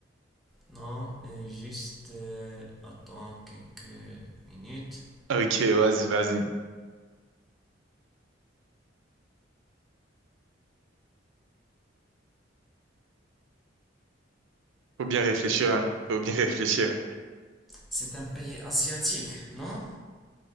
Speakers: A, in the centre; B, on the right (about 80°).
A: Non, euh, juste euh, attends quelques minutes.
B: Ok, vas-y, vas-y. Faut bien réfléchir, hein. Faut bien réfléchir.
A: C'est un pays asiatique, non?